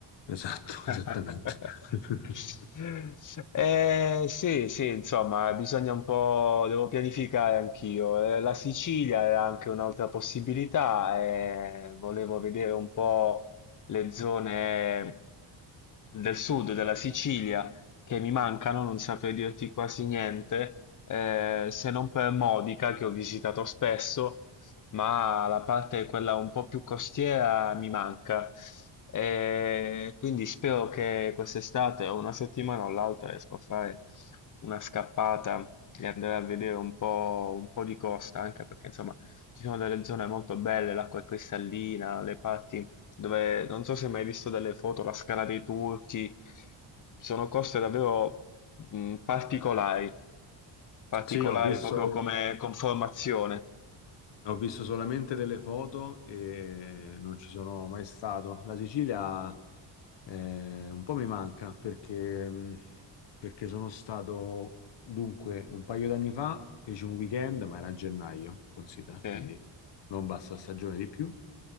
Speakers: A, on the left; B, on the left.
A: esatto,
B: <laughs>
A: <laughs> esattamente. <laughs>
B: Eh, sì, sì, insomma, bisogna un po', devo pianificare anch'io. Eh, La Sicilia è anche un'altra possibilità e volevo vedere un po' le zone del sud della Sicilia che mi mancano, non saprei dirti quasi niente, eh, se non per Modica che ho visitato spesso ma la parte quella un po' più costiera mi manca. E quindi spero che quest'estate o una settimana o l'altra riesco a fare una scappata e andare a vedere un po', un po' di costa, anche perché insomma ci sono delle zone molto belle, l'acqua è cristallina, le parti dove non so se hai mai visto delle foto, la Scala dei Turchi, sono coste davvero mh, particolari, particolari
A: Sì, ho visto,
B: proprio come conformazione.
A: Ho visto solamente delle foto e non ci sono mai stato. La Sicilia eh, un po' mi manca perché, mh, perché sono stato, dunque, un paio d'anni fa, feci un weekend, ma era a gennaio, considera,
B: Sì.
A: quindi non bassa stagione di più.